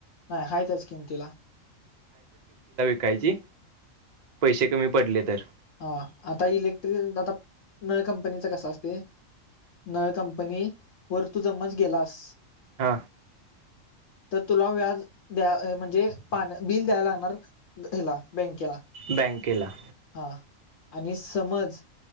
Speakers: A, on the left; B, on the right.
A: नाही आहे त्याच किंमतीला.
B: काय जे पैसे कमी पडले तर.
A: हा आता इलेक्ट्रिक आता नळ कंपनीचा कस असते. नळ कंपनी वर तू समज गेलास
B: हो
A: तर तुला व्याज द्या म्हणजे पा बिल द्यायला लागणार हला बँकेला.
B: बँकेला.
A: हा आणि समज.